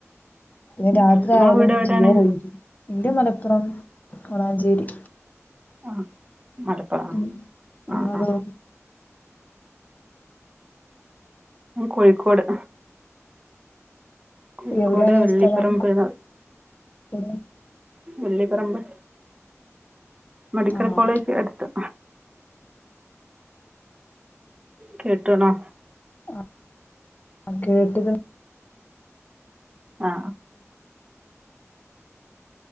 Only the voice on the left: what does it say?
നി രാത്രി
ആയാലും
ജിയോ <unintelligible> എന്റെ മലപ്പുറം വാളൻഞ്ചേരി
ഉം
ഇങ്ങളതോ
എവിടെയാണ്
സ്ഥലം
കോഴിക്കോട്
ആഹ്
ആ ആ കേട്ടിക്കണ്